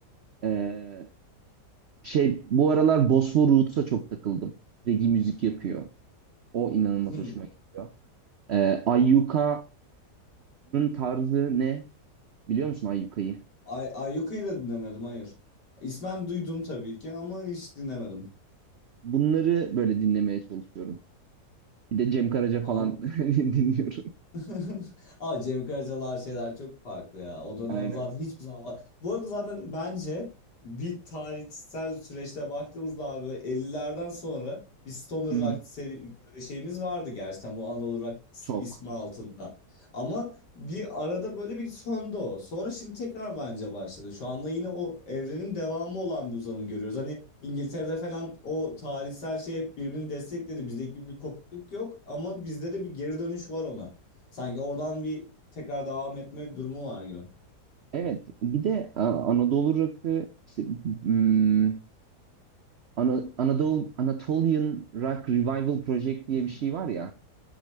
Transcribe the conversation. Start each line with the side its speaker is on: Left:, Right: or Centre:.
Right: E, şey bu aralar Bosfor Roots'a çok takıldım. Reggae müzik yapıyor. O inanılmaz
Left: Hmm.
Right: hoşuma gidiyor. E, Ayyuka'nın tarzı ne? Biliyor musun Ayyuka'yı?
Left: Ay Ayyuka'yı da dinlemedim hayır. İsmen duydum tabii ki ama hiç dinlemedim.
Right: Bunları böyle dinlemeye çalışıyorum. Bir de Cem Karaca
Left: <laughs>
Right: falan <laughs> dinliyorum.
Left: <laughs> Ama Cem Karacalar şeyler çok farklı ya. O dönem
Right: Aynen.
Left: zaten hiçbir zaman var. Bu arada zaten bence bir tarihsel süreçte baktığımızda abi böyle 50'lerden sonra bir stoner
Right: Hı
Left: rock
Right: hı.
Left: sevi- böyle şeyimiz vardı gerçekten bu Anadolu Rock is-
Right: Çok.
Left: ismi altında. Ama bir arada böyle bir söndü o. Sonra şimdi tekrar bence başladı. Şu anda yine o evrenin devamı olan bir uzanım görüyoruz. Hani İngiltere'de falan o tarihsel şey hep birbirini destekledi. Bizdeki bir kopukluk yok ama bizde de bir geri dönüş var ona. Sanki oradan bir tekrar devam etme durumu var gibi.
Right: Evet, bir de a, Anadolu rock'ı işte, hmm, Ana- Anadolu Anatolian Rock Revival Project diye
Left: <laughs>
Right: bir şey var ya.